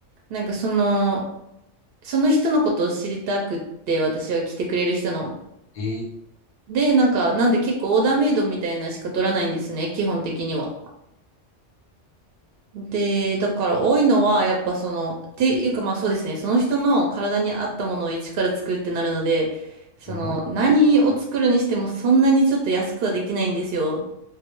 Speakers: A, on the right (about 60°); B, on the left (about 55°).
A: なんかその、その人のことを知りたくって私は来てくれる人の。
B: えー、
A: で、なんか、なんで結構オーダーメイドみたいなしか取らないんですね、基本的には。で、だから多いのは、やっぱその、っていうかまあそうですね、その人の体に合ったものを一から作るってなるので、その、
B: すご。
A: 何を作るにしてもそんなにちょっと安くはできないんですよ。